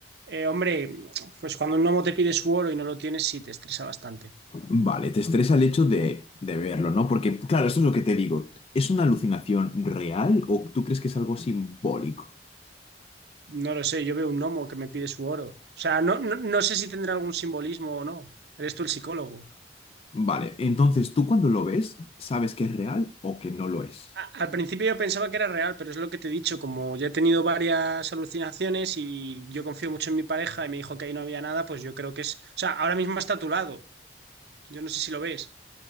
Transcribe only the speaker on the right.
Eh, hombre, pues cuando un gnomo te pide su oro y no lo tienes, sí te estresa bastante.
No lo sé, yo veo un gnomo que me pide su oro. O sea, no, no, no sé si tendrá algún simbolismo o no. Eres tú el psicólogo.
A- al principio yo pensaba que era real, pero es lo que te he dicho, como ya he tenido varias alucinaciones y yo confío mucho en mi pareja y me dijo que ahí no había nada, pues yo creo que es... O sea, ahora mismo está a tu lado. Yo no sé si lo ves.